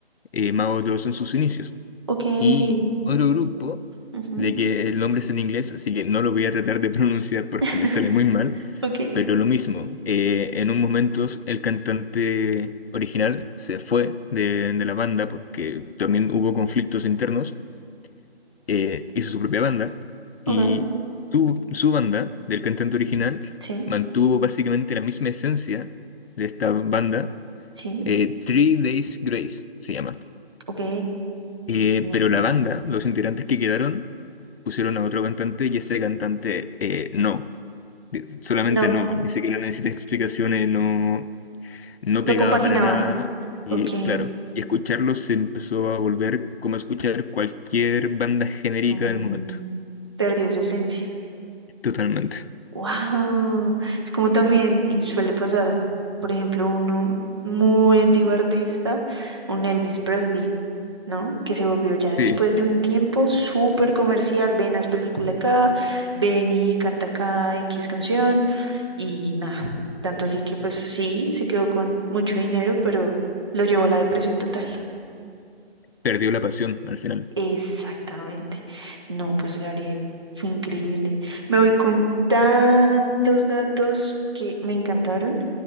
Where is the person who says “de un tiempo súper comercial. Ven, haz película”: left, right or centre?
Right